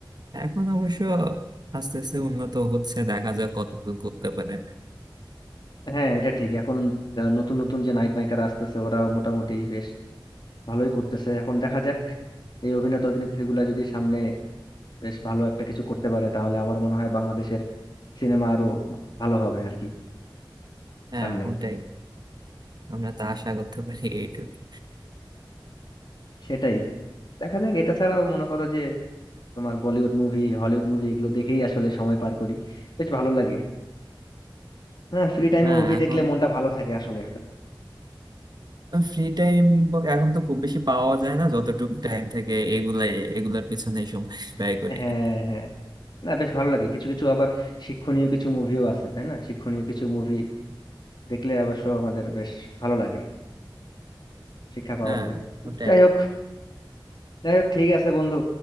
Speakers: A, on the right; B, on the left.
A: এখন অবশ্য আস্তে আস্তে উন্নত হচ্ছে দেখা যাক কতদূর করতে পারে
B: হ্যাঁ এটা ঠিক এখন আহ, নতুন নতুন যে নায়ক নায়িকারা আসতেছে ওরা মোটামুটি বেশ ভালোই করতেছে এখন দেখা যাক এই অভিনেতা অভিনেত্রী গুলা যদি সামনে বেশ ভালো একটা কিছু করতে পারে তাহলে আমার মনে হয় বাংলাদেশের সিনেমা আরো ভালো হবে আর কি
A: হ্যাঁ
B: সামনে
A: ওটাই আমরা তা আশা করতে পারি এইটুকু
B: সেটাই দেখা যাক এটা ছাড়াও মনে করো যে তোমার বলিউড মুভি হলিউড মুভি এগুলো দেখেই আসলে সময় পার করি বেশ ভালো লাগে হ্যাঁ ফ্রি টাইমে
A: হ্যাঁ
B: মুভি
A: এখন
B: দেখলে মনটা ভালো থাকে আসলে
A: ফ্রি টাইম এখন তো খুব বেশি পাওয়া যায় না যতটুকু টাইম থেকে এগুলাই এগুলার পিছনেই সময় ব্যয় করি
B: হ্যাঁ
A: আর কি
B: হ্যাঁ না বেশ ভালো লাগে কিছু কিছু আবার শিক্ষণীয় কিছু মুভিও আছে তাই না শিক্ষণীয় কিছু মুভি দেখলে অবশ্য আমাদের বেশ ভালো লাগে শিক্ষা পাওয়া
A: হ্যাঁ
B: যায়
A: ওটাই
B: যাই হোক যাই হোক ঠিক আছে বন্ধু